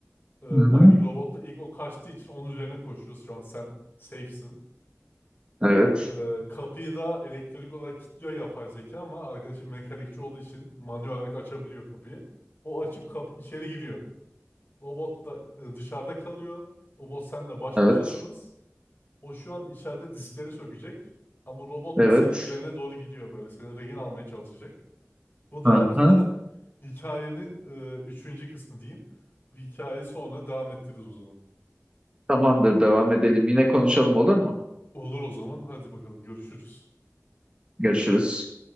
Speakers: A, on the left; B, on the right.
A: E, mining
B: hı.
A: robot da ilk o kaçtığı için onun üzerine koşuyoruz. Şu an sen safe'sin.
B: Evet.
A: Ee, kapıyı da elektrik olarak kilitliyor yapay zeka ama arkadaşım mekanikçi olduğu için manuel olarak açabiliyor kapıyı. O açıp kap içeri giriyor. Robot da e, dışarıda kalıyor. Robot senle baş
B: Evet.
A: başasınız. O şu an içeride diskleri sökecek. Ama robot
B: Evet.
A: da senin üzerine doğru gidiyor böyle. Seni rehin almaya çalışacak. Bu da
B: Hı
A: <laughs>
B: hı.
A: hikayenin e, üçüncü kısmı diyeyim. Bu hikayeyi sonra devam ettiririz o zaman.
B: Tamamdır, devam edelim. Yine konuşalım olur mu?
A: Olur o zaman. Hadi bakalım görüşürüz.
B: Görüşürüz.